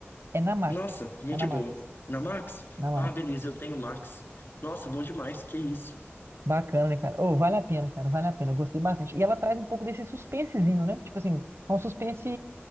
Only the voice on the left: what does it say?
Nossa, muito
de
boa. Na Max?
Ah, beleza, eu tenho Max. Nossa, bom demais, que isso.